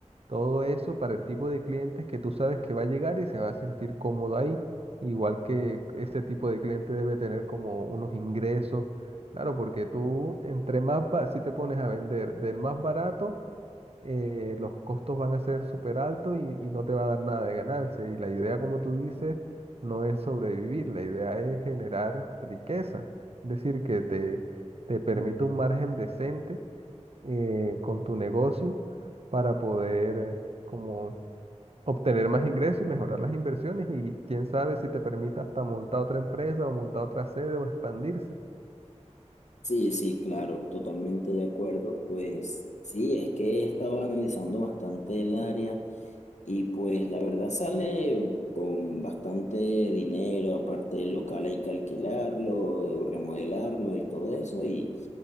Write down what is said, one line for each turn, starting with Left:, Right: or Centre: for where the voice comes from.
Right: todo eso para el tipo de clientes que tú sabes que va a llegar y se va a sentir cómodo ahí, igual que ese tipo de cliente debe tener como unos ingresos. Claro, porque tú entre más, ba- si te pones a vender del más barato, eh, los costos van a ser súper altos y, y no te va a dar nada de ganancia. Y la idea, como tú dices, no es sobrevivir, la idea es generar riqueza. Es decir, que te, te permita un margen decente eh, con tu negocio para poder eh, como obtener más ingresos y mejorar las inversiones y quién sabe si te permita hasta montar otra empresa o montar otra sede o expandirse.
Left: Sí, sí, claro, totalmente de acuerdo. Pues sí, es que he estado analizando bastante el área Y pues la verdad sale con bastante dinero, aparte del local hay que alquilarlo, remodelarlo y todo eso. Y